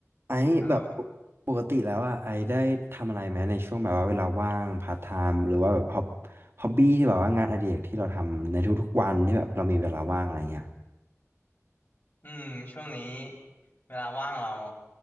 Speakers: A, on the right; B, on the left.
A: ไอ้แบบ
B: ฮัลโหล
A: ปกติแล้วอ่ะไอ้ได้ทำอะไรไหมในช่วงแบบว่าเวลาว่างพาร์ทไทม์หรือว่าแบบฮอบฮอบบี้ที่แบบว่างานอดิเรกที่เราทำในทุกๆวันที่แบบเรามีเวลาว่างอะไรเงี้ย
B: อืมช่วงนี้เวลาว่างเรา